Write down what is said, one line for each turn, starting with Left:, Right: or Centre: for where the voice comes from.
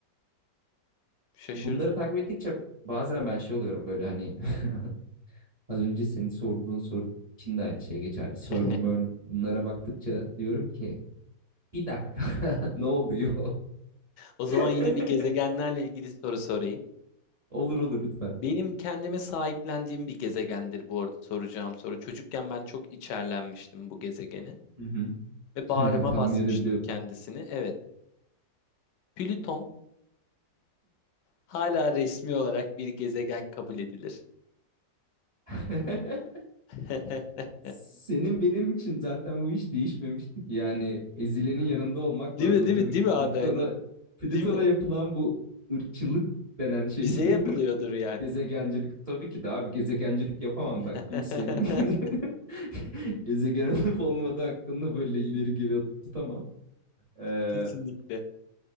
Left: Şaşırdım.
Right: Bunları takip ettikçe bazen ben şey oluyorum böyle hani <laughs> az önce senin sorduğun soru için de aynı şey geçerli. CERN,
Left: <laughs>
Right: MERN bunlara baktıkça diyorum ki bir dakika <laughs> ne oluyor?
Left: O
Right: <laughs>
Left: zaman yine bir gezegenlerle ilgili soru sorayım.
Right: Olur olur lütfen.
Left: Benim kendime sahiplendiğim bir gezegendir bu arada soracağım soru. Çocukken ben çok içerlenmiştim bu gezegene.
Right: Hı hı.
Left: ve
Right: <laughs>
Left: bağrıma
Right: Tahmin
Left: basmıştım
Right: edebiliyorum.
Left: kendisini. Evet, Plüton hala resmi olarak bir gezegen kabul edilir.
Right: <laughs>
Left: <laughs>
Right: Senin benim için zaten bu iş değişmemişti ki. Yani ezilenin yanında olmak
Left: Değil
Right: lazım.
Left: mi, değil
Right: Tabii
Left: mi, değil
Right: ki
Left: mi abi
Right: Plüton'a
Left: hani?
Right: Plüton'a
Left: Değil mi?
Right: yapılan bu ırkçılık denen şey
Left: Bize yapılıyordur
Right: <laughs>
Left: yani.
Right: gezegencilik. Tabii ki de abi gezegencilik yapamam
Left: <laughs>
Right: ben kimsenin. <laughs> Gezegen olup olmadığı hakkında böyle ileri geri atıp tutamam. Ee,
Left: Kesinlikle.